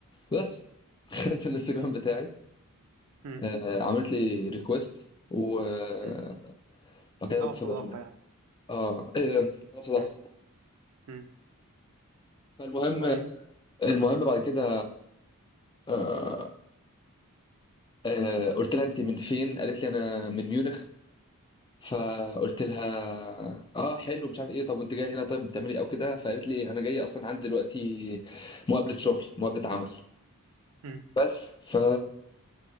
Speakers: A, on the left (about 20°); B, on the right (about 75°).
A: بس <laughs> دخلت الانستجرام بتاعي
B: مم.
A: آه، عملت لي ريكويست وبعد
B: مم.
A: كده
B: طلب
A: فبقول
B: صداقه
A: لها
B: يعني
A: اه إيه، آه، طلب صداقه
B: مم. مم.
A: فالمهم
B: طيب
A: المهم بعد كده آه، آه، قلت لها انت من فين قالت لي انا من ميونخ فقلت لها اه حلو مش عارف ايه طب وانت جايه هنا طيب بتعملي إيه او كده فقالت لي انا جايه اصلا عندي دلوقتي مقابله شغل مقابله عمل
B: مم.
A: بس ف